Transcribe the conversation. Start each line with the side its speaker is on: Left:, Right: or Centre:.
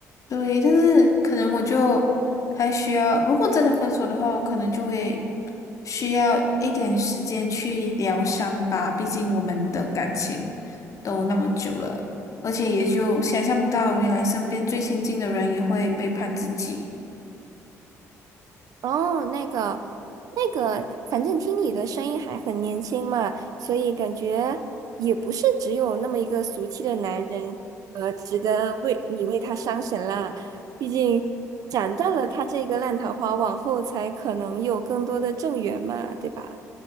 Left: 对，但是可能我就还需要，如果真的分手的话，我可能就会需要一点时间去疗伤吧。毕竟我们的感情都那么久了，而且也就想象不到，原来身边最亲近的人也会背叛自己。
Right: 哦，那个，那个，反正听你的声音还很年轻嘛，所以感觉也不是只有那么一个俗气的男人，呃，值得为你为他伤神啦。毕竟斩断了他这个烂桃花，往后才可能有更多的正缘嘛，对吧？